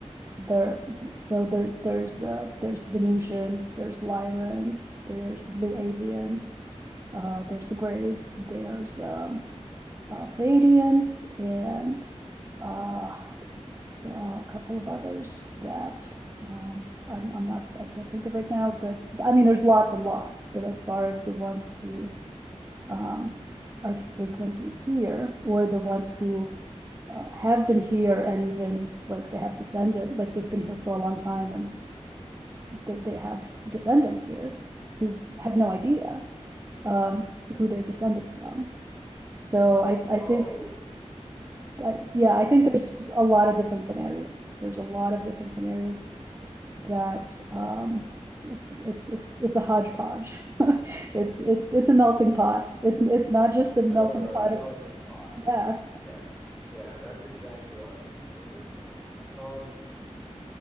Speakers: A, on the right; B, in the centre.
A: There, so there, there's, uh, there's Venusians, there's Lyrans, there's Blue Avians, uh, there's the Greys, there's, um, uh, Pleiadians and uh, a couple of others that um, I'm, I'm not, I can't think of right now, but I mean, there's lots and lots, but as far as the ones who um, are frequently here or the ones who uh, have been here and even like they have descendants, like they've been here for a long time and they, they have descendants here who have no idea um, who they're descended from. So I, I
B: Oh,
A: think I yeah, I think
B: no,
A: there's
B: yeah,
A: a lot of different scenarios. There's a lot of different scenarios that,
B: gotcha.
A: um, it's, it's, it's a hodgepodge. <laughs> It's, it's, it's a melting pot. It's, it's not just
B: Sure,
A: a melting pot
B: melting
A: of,
B: pot.
A: yeah,
B: Yes, yeah, that's exactly what I was looking for. Yes, melting pot. Um,